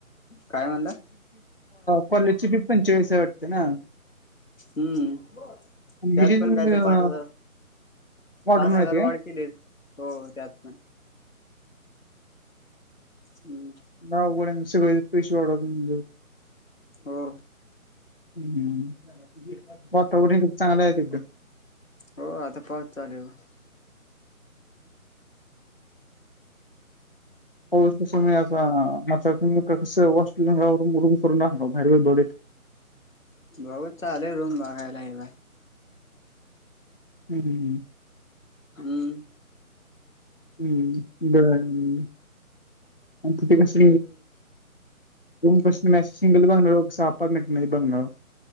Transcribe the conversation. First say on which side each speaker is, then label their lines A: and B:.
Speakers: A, on the left; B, on the left.
A: काय म्हणलं.
B: कोलेची फि पणचेस वाटते ना.
A: हम्म
B: आणि
A: त्यात
B: ह्याची
A: पण काय तर
B: अं,
A: पाच हजार.
B: वाढून
A: पाच हजार
B: राहते काय
A: वाढ केले हो त्यात पण हम्म.
B: ना ग सगळळे पैश वाडत.
A: हो.
B: ह वातावरण चांगलं आहे एकदम
A: हो आता पाऊस चालेूल म
B: हो कस म आता म कस वॉट रूम करून बाहेर बत
A: बघु चालेल रूम बघायला आहे बाय.
B: हम्म
A: हम्म.
B: हम्म बर आणि तिथे कस? रूम प्रश् मॅ सिंगल बघणारो अपार्टमेंट म बघणार.